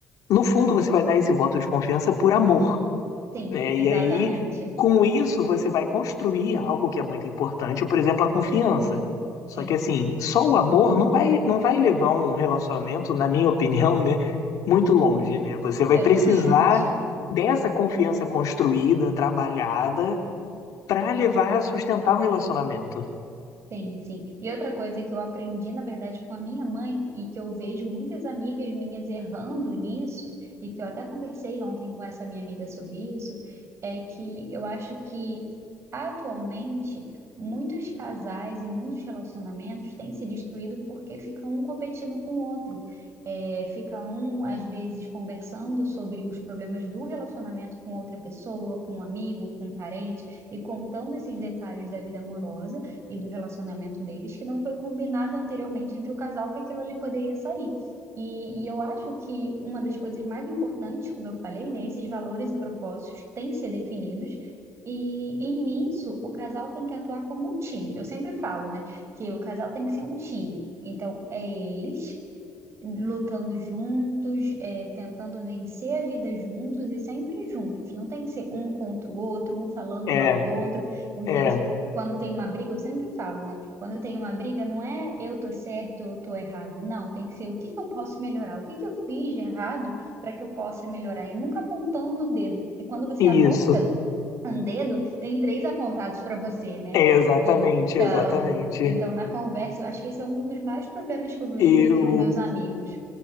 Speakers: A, on the left (about 70°); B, on the right (about 50°).
A: No fundo, você vai dar esse voto de confiança por amor
B: sim,
A: né?
B: exatamente.
A: E aí, com isso, você vai construir algo que é muito importante, por exemplo, a confiança. Só
B: Sim,
A: que assim, só o amor não vai, não vai levar um relacionamento, na minha opinião, né, muito longe, né? Você vai
B: eu
A: precisar
B: também acho.
A: dessa confiança construída, trabalhada, para levar a sustentar o relacionamento.
B: Sim, sim. E outra coisa que eu aprendi, na verdade, com a minha mãe, e que eu vejo muitas amigas minhas errando nisso, e que eu até conversei ontem com essa minha amiga sobre isso, é que eu acho que atualmente muitos casais e muitos relacionamentos têm se destruído porque fica um competindo com o outro. É, fica um, às vezes, conversando sobre os problemas do relacionamento com outra pessoa, com um amigo, com um parente, e contando esses detalhes da vida amorosa e do relacionamento deles, que não foi combinado anteriormente entre o casal que aquilo ali poderia sair. E, e eu acho que uma das coisas mais importantes, como eu falei, né, esses valores e propósitos têm que ser definidos. E, e nisso, o casal tem que atuar como um time. Eu sempre falo, né, que o casal tem que ser um time. Então, é eles lutando juntos, é, tentando vencer a vida juntos e sempre juntos. Não tem que ser um contra o outro, um falando
A: É,
B: mal do outro, os
A: é,
B: dois. Quando tem uma briga, eu sempre falo, né? Quando tem uma briga, não é eu tô certo, eu tô errado. Não, tem que ser o que que eu posso melhorar, o que que eu fiz de errado para que eu possa melhorar. E nunca apontando o dedo, porque quando você
A: isso.
B: aponta um dedo, tem três apontados para você, né?
A: É exatamente,
B: E
A: exatamente.
B: então, então, na conversa, eu acho que esse é um dos maiores problemas que eu vejo
A: E
B: entre
A: o,
B: os meus amigos.